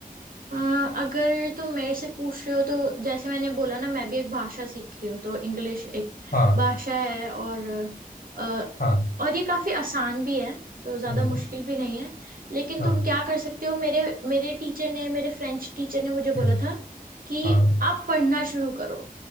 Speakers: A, on the right (about 65°); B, on the left (about 75°).
A: अ, अगर तुम मेरे से पूछ रहे हो तो जैसे मैंने बोला ना मैं भी एक भाषा सीख रही हूँ तो इंग्लिश एक
B: हाँ
A: भाषा है और अ,
B: हाँ
A: और ये काफी आसान भी है तो ज्यादा
B: हम्म,
A: मुश्किल भी नहीं है लेकिन
B: हाँ
A: तुम क्या कर सकते हो मेरे मेरे टीचर ने मेरे फ्रेंच टीचर ने मुझे
B: हम्म,
A: बोला था कि
B: हाँ
A: आप पढ़ना शुरू करो